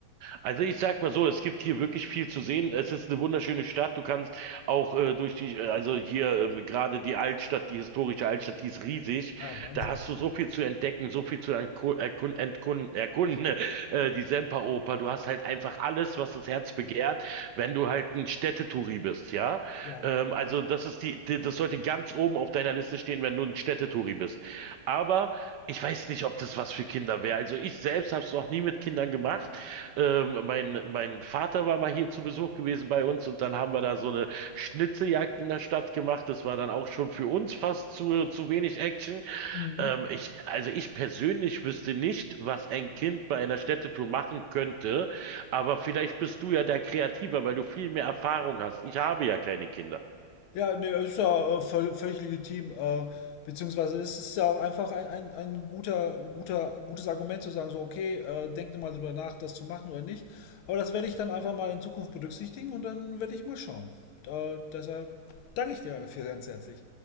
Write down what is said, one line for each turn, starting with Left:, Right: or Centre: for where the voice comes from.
Right: Also ich sag mal so, es gibt hier wirklich viel zu sehen. Es ist eine wunderschöne Stadt. Du kannst auch äh, durch die, äh, also hier ähm, gerade die Altstadt, die historische Altstadt, die ist riesig.
Left: Ah, Wahnsinn.
Right: Da hast du so viel zu entdecken, so viel zu erku- erkun- entkun- erkunden. <laughs> Äh, die Semperoper, du hast halt einfach alles, was das Herz begehrt wenn du halt ein Städtetouri bist, ja.
Left: Ja.
Right: Ähm, also das ist die, die, das sollte ganz oben auf deiner Liste stehen, wenn du ein Städtetouri bist. Aber ich weiß nicht, ob das was für Kinder wäre. Also ich selbst habe es noch nie mit Kindern gemacht. Ähm, mein, mein Vater war mal hier zu Besuch gewesen bei uns und dann haben wir da so eine Schnitzeljagd in der Stadt gemacht. Das war dann auch schon für uns fast zu, zu wenig Action.
Left: Mhm.
Right: Ähm, ich, also ich persönlich wüsste nicht, was ein Kind bei einer Städtetour machen könnte, aber vielleicht bist du ja da kreativer, weil du viel mehr Erfahrung hast. Ich habe ja keine Kinder.
Left: Ja, ne, ist ja äh, völ- völlig legitim. Äh, beziehungsweise ist es ja auch einfach ein, ein, ein guter, guter, gutes Argument zu sagen, so, okay, äh, denkt mal drüber nach, das zu machen oder nicht. Aber das werde ich dann einfach mal in Zukunft berücksichtigen und dann werde ich mal schauen. Äh, deshalb danke ich dir dafür ganz herzlich.